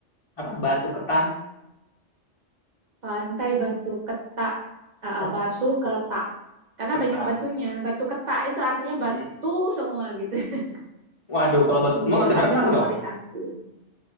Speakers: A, on the left (about 30°); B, on the right (about 45°).
A: Apa? Batu Ketan.
B: Pantai Batu Ketak. Ah,
A: Oh,
B: batu Ketak. Karena
A: Ketan.
B: banyak batunya. Batu Ketak itu artinya
A: Mm.
B: batu semua gitu. <laughs>
A: Waduh, kalau batu semua
B: Itu
A: nggak bisa
B: pantai
A: berenang
B: favorit
A: dong.
B: aku.